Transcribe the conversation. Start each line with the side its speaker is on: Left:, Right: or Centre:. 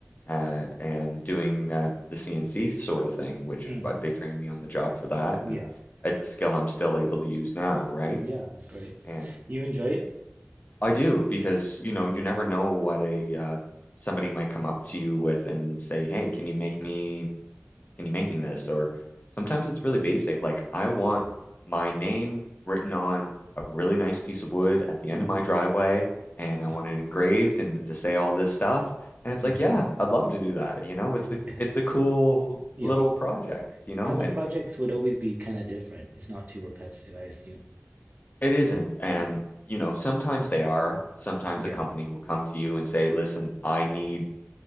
Left: Uh, and doing uh, the CNC sort of thing, which
Right: mm.
Left: uh, they trained me on the job for that, and
Right: Yeah.
Left: it's a skill I'm still able to use now, right?
Right: Yeah, that's great.
Left: And
Right: Do you enjoy it?
Left: I do because you
Right: Yeah.
Left: know you never know what a uh, somebody might come up to you with and say, "Hey, can you make me can you make me this?" Or sometimes it's really basic, like I want
Right: Yeah.
Left: my name written on a really nice piece of wood at the
Right: hmm
Left: end of my driveway, and
Right: Yeah.
Left: I want it engraved and to say all this stuff. And it's
Right: hmm
Left: like, yeah, I'd love to do that. You know, it's a
Right: Yeah.
Left: it's a cool
Right: Yeah.
Left: little project, you know,
Right: And the
Left: and
Right: projects would always be kind of different. It's not too repetitive, I assume.
Left: it isn't. And
Right: Mm.
Left: you know, sometimes they are. Sometimes
Right: Yeah.
Left: a company
Right: yeah.
Left: will come to you and say, "Listen, I need."